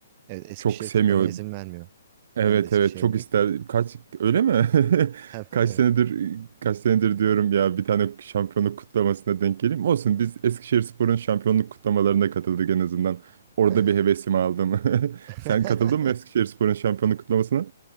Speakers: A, on the right (about 35°); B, on the right (about 55°).
A: Evet Eskişehir
B: çok sevmiyor.
A: kutlamaya izin vermiyor.
B: Evet
A: Ben de Eskişehirliyim.
B: evet çok ister. Kaç öyle mi? <laughs>
A: <laughs>
B: Kaç
A: Evet.
B: senedir kaç senedir diyorum ya bir tane şampiyonluk kutlamasına denk geleyim. Olsun biz Eskişehirspor'un şampiyonluk kutlamalarına katıldık en azından. Orada
A: Aha.
B: bir hevesimi aldım. <laughs>
A: <laughs>
B: Sen katıldın mı Eskişehirspor'un şampiyonluk kutlamasına?